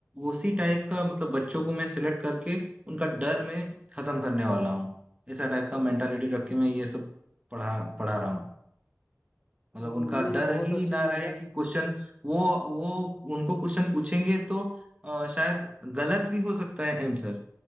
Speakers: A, on the right (about 25°); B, on the left (about 15°).
A: उसी टाइप का मतलब बच्चों को मैं सिलेक्ट करके उनका डर मैं खत्म करने वाला हूँ ऐसा टाइप का मेंटालिटी रख के मैं ये सब पढ़ा पढ़ा रहा हूँ मतलब
B: हम्म,
A: उनका
B: नहीं
A: डर
B: बहुत
A: ही
B: अच्छी
A: ना
B: चीज
A: रहे
B: है
A: कि क्वेश्चन वो वो उनको क्वेश्चन पूछेंगे तो अ, शायद गलत भी हो सकता है आंसर